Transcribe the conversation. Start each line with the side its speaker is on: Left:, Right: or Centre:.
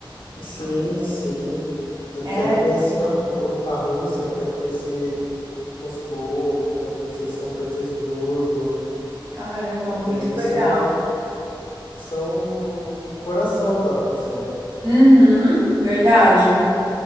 Left: Sim, sim. Eu
Right: É,
Left: quero conhecer a, Ru- a Rússia, eu quero conhecer Moscou, eu quero conhecer São Petersburgo,
Right: caramba, muito
Left: que ali
Right: legal.
Left: são, que são o coração da Rússia, né?
Right: Uhum, verdade.